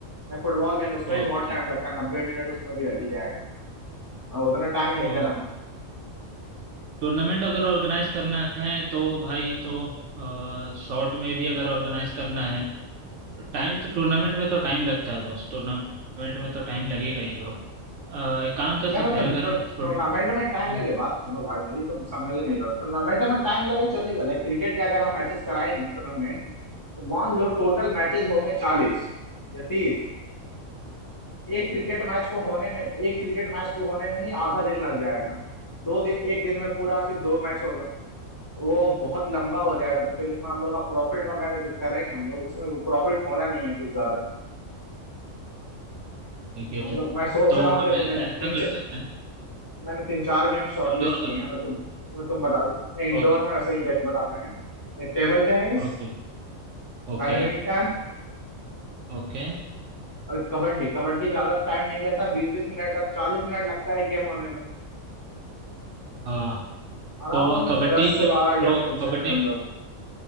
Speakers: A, on the left; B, on the right.
A: Football में उसमें
B: ओके
A: भी बहुत टाइम लगता है नब्बे मिनट उसमें भी लग ही जाएगा और उतना टाइम नहीं
B: ओ
A: देना है
B: टूर्नामेंट अगर ऑर्गेनाइज करना है तो भाई तो शॉर्ट में भी अगर ऑर्गेनाइज करना है तो टाइम तो टूर्नामेंट में तो टाइम लगता है दोस्त टूर्नामेंट में तो टाइम लगेगा ही ब्रो एक काम कर
A: नहीं
B: सकते
A: मतलब
B: हैं अगर
A: टूर-
B: फुटबॉल
A: टूर्नामेंट में टाइम
B: नहीं
A: लगे बात सुनो भाई मेरी तुम समझ नहीं रहे हो टूर्नामेंट में टाइम लगे चलेगा लाइक क्रिकेट के अगर हम मैचेस कराएंगे टूर्नामेंट तो मान लो टोटल मैचेस होंगे चालीस या तीस एक क्रिकेट मैच को होने में एक क्रिकेट मैच को होने में ही आधा दिन लग जाएगा दो दिन एक दिन में पूरा सिर्फ दो मैच होगा तो वो बहुत लंबा हो जाएगा तो फिर उसमें हम लोग का प्रॉफिट वगैरह जो करेंगे हम लोग उसमें वो प्रॉफिट होना नहीं है कुछ ज्यादा
B: Okay get
A: तो हम
B: it
A: लोग मैं सोच
B: तो
A: रहा हूँ
B: हम
A: देखो मैं
B: ऐसा
A: तीन
B: कर सकते हैं
A: मैंने तीन चार गेम शॉर्टलिस्ट
B: इंडोर
A: किए
B: करना
A: हैं मतलब उसमें तुम बता दो मैं इंडोर
B: ओके
A: में वैसे ही देख बताते हैं टेबल टेनिस
B: ओके ओके
A: बैडमिंटन
B: ओके
A: और कबड्डी कबड्डी ज्यादा टाइम नहीं लेता बीस बीस मिनट का चालीस मिनट लगता है एक गेम होने में
B: हाँ
A: आराम
B: तो
A: से
B: कबड्डी
A: दस से
B: तो
A: बारह गेम
B: रो
A: खेल
B: कबड्डी
A: सकते हैं हम लोग